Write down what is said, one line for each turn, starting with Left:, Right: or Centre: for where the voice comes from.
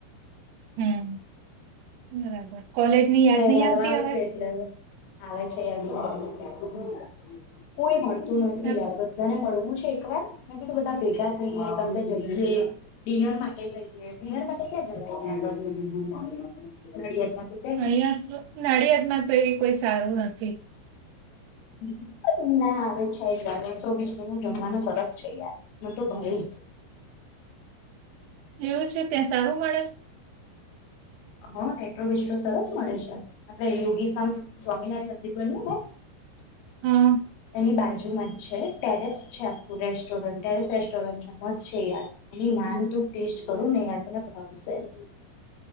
Right: હમ બરાબર કોલેજની યાદ
Left: તેહવારો
Right: નહી આવતી
Left: આવશે
Right: હવે?
Left: એટલે અવે આવે છે <unintelligible> કોઈ મળતું નથી
Right: આ
Left: યાર બ ધાને મળવું છે એક વાર મેં કીધું બધા ભેગા થઈએ કશે જઈએ ડિનર માટે જઈએ ડિનર માટે ક્યાં જવાય <unintelligible> નડિયાદમાં તો ક્યાંય
Right: અઈયા તો નડિિયાદમાં તો એવી કોઈ સારું નથી
Left: <inaudible> ના અવે છે જ યાર <unintelligible> નું જમવાનું સરસ છે યાર મન તો ભાયુ
Right: એવું છે ત્યાં સારું મળે છ?
Left: હં રેટ્રો વિસ્ટો સરસ મળે છે આપડે યોગી ફાર્મ સ્વામિનારાયણ મંદિર બન્યું ને
Right: હા
Left: એની બાજુમાં છે ટેરેસ છે આખું રેસ્ટોરન્ટ ટેરેસ રેસ્ટોરન્ટ છે મસ્ છે યાર એની નાન તુ ટેસ્ટ કરુ ને યાર તને ભાવશે જ